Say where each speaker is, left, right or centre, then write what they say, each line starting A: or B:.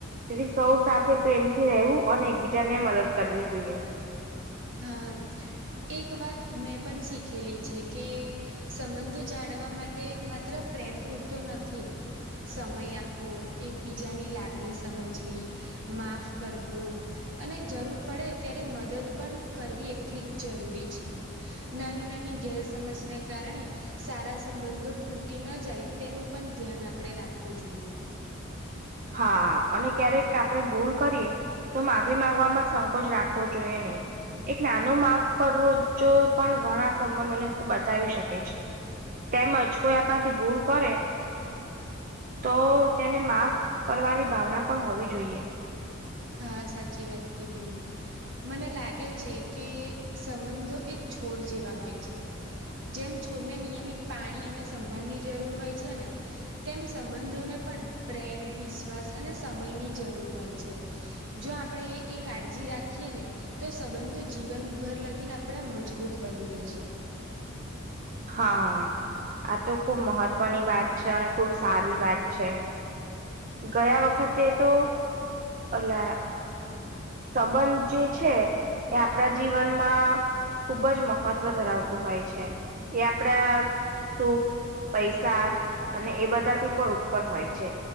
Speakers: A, on the right (about 40°); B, on the right (about 65°).
A: તેથી સૌ સાથે પ્રેમથી રહેવું અને એકબીજા ને મદદ કરવી જોઈએ.
B: હા એક વાત મેં પણ શીખેલી છે કે સંબંધો જાળવવા માટે માત્ર પ્રેમ પૂરતો નથી સમય આપવો એકબીજાની લાગણી સમજવી માફ કરવું અને જરૂર પડે ત્યારે મદદ પણ કરવી એટલી જ જરૂરી છે નાની નાની ગેરસમજને કારણે સારા સંબંધો તૂટી ના જાય તેનું પણ ધ્યાન આપણેે રાખવું જોઈએ.
A: હા અને ક્યારેક આપણે ભૂલ કરીએ તો માફી માંગવાવામાં સંકોચ રાખવો જોઈએ નહી. એક નાનો માફ કરવો જો પણ ઘણા સંબંધોને બચાવી શકે છે. તેમજ કોઈ આપણાથી ભૂલ કરે તો તેને માફ કરવાની ભાવના પણ હોવી જોઈએ.
B: હા સાચી વાત કીધી મને લાગે છે કે સંબંધો એક છોડ જેવા હોય છે. જેમ છોડને નિયમિત પાણી અને સંભાળની જરૂર હોય છે ને તેમ સંબંધોને પણ પ્રેમ વિશ્વાસ અને સમયની જરૂર હોય છે. જો આપણે એ કાળજી રાખીએ ને તો સંબંધો જીવનભર લગીને આપણે મજબૂત બની રહેશે.
A: હા આ તો ખુબ મહત્વની વાત છે અને ખુબ સારી વાત છે. ગયા વખતે તો અલા સંબંધ જે છે એ આપણા જીવનમાં ખુબ જ મહત્વ ધરાવતું હોય છે એ આપડા સુખ પૈસા અને એ બધાથી પણ ઉપર હોય છે.